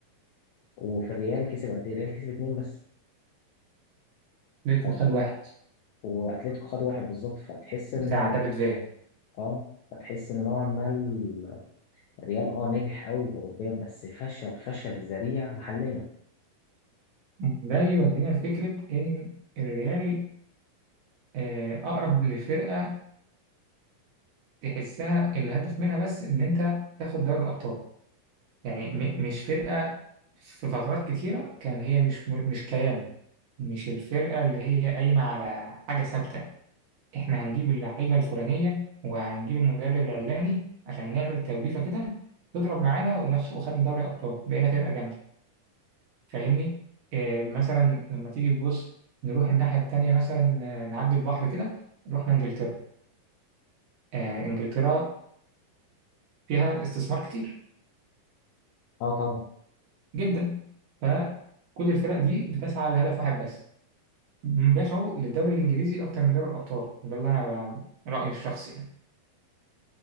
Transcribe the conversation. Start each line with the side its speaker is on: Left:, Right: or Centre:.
Left: وفي الريال كسب قد ايه الريال كسب اتنين بس
Right: ليلته
Left: فت...
Right: خد واحد
Left: واتلتيكو خد واحد بالظبط فتحس ان
Right: بتاع دافيد فيا
Left: اه فتحس ان نوعا ما ال- الريال اه نجح قوي اوروبيا بس فشل فشل ذريع محليا
Right: ده يودينا لفكرة إن الريال آه، أقرب لفرقة تحسها الهدف منها بس إن أنت تاخد دوري الأبطال يعني م- مش فرقة في فترات كتيرة كان هي مش مش كيان مش الفرقة اللي هي قايمة على حاجة ثابتة احنا هنجيب اللعيبه الفلانيه وهنجيب المدرب العلاني عشان نعمل توليفه كده تضرب معانا ونخش وخدنا دوري ابطال بقينا فرقه جامده فاهمني إيه مثلا لما تيجي تبص نروح الناحيه التانيه مثلا آه، نعدي البحر كده رحنا انجلترا آه انجلترا فيها استثمار كتير
Left: اه طبعا
Right: جدا فكل الفرق دي بتسعى لهدف واحد بس بيسعوا للدوري الانجليزي اكتر من دوري الابطال ده اللي انا ب- رايي الشخصي يعني